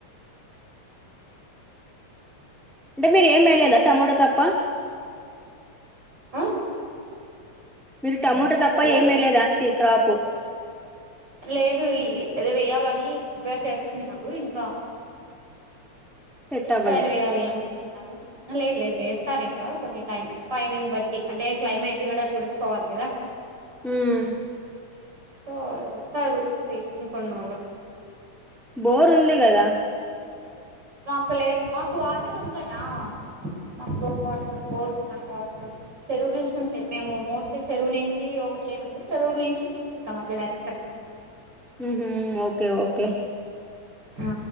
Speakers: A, in the centre; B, on the right.
A: అంటే మీరేం వెేయలేదా టమోటా తప్ప
B: ఆ
A: మిల్ టమోటో దప్పా
B: హలో
A: ఏమేయ లేదా అండి క్రాపు
B: లేదు ఈ ఎదో వేయాలని ప్రిపేర్ చేస్తున్నారు ఇంకా
A: సెట్
B: చెనిక్కాయలు
A: అవ్వలే
B: వేయాలి ఎనం లేర్ లేద్ వేస్తారింకా కొన్ని టైం టైమింగ్ బట్టి అంటే క్లైమేట్ కూడా చూసుకోవాలి కదా
A: మ్మ్
B: సో ఎస్తారు పేస్ ఇంకొన్నాలక్
A: బోర్ ఉంది కదా
B: మాకు లేదు మాకు వాటర్ ఉంటాయా మాకు బోర్ వాటర్ బోర్స్ ఉన్నాయి వాటరు చెరువు నుంచి వుంటై మేము మోస్ట్లీ చెరువు నుంచి ఒక చేనుంది చెరువు నుంచి తీసుకుంటాం అట్లా డైరెక్ట్ కనెక్షన్స్
A: మ్మ్ హు ఓకే ఓకే
B: ఆ